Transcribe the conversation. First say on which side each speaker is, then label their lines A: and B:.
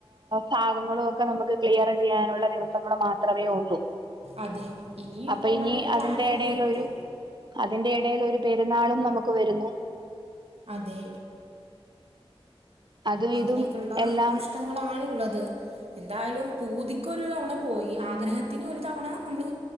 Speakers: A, on the right; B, on the right.
A: ഭാഗങ്ങളും ഒക്കെ നമുക്ക് ക്ലിയർ ചെയ്യാനുള്ള ദിവസങ്ങള് മാത്രമേ ഉള്ളൂ
B: അതെ ഇനി
A: അപ്പൊ
B: പോകാനൊരു
A: ഇനി അതിന്റെ
B: പ്ലാൻ ഇല്ല
A: ഇടയിലൊരു
B: ഇപ്പോ
A: അതിന്റെ ഇടയിൽ ഒരു പെരുന്നാളും നമുക്ക് വരുന്നു
B: അതെ
A: അതും
B: അങ്ങനെയൊക്കെയുള്ള
A: ഇതും എല്ലാം
B: പ്രശ്നങ്ങളാണ് ഉള്ളത് എന്തായാലും പൂതി- ട്രിപ്പ്‌ ഒരു തവണ പോയി ആഗ്രഹത്തിന് ഒരു തവണ നമ്മൾ